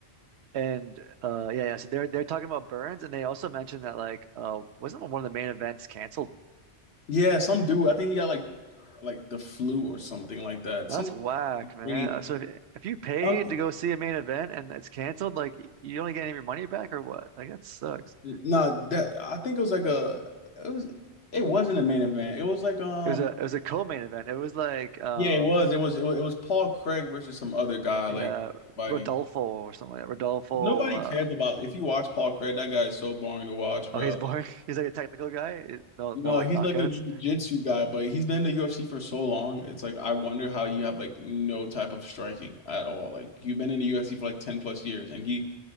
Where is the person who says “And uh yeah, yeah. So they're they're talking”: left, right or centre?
Right